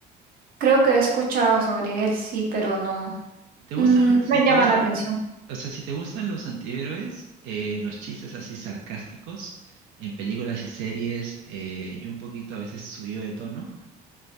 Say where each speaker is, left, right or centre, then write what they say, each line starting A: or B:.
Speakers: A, on the right; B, on the right.
A: Creo que he escuchado sobre él, sí, pero no,
B: Si te
A: mm,
B: gustan, Mm. si
A: me
B: te
A: llama
B: gus-
A: la atención.
B: o sea, si te gustan los antihéroes, eh, los chistes así sarcásticos en películas y series eh, y un poquito a veces subido de tono,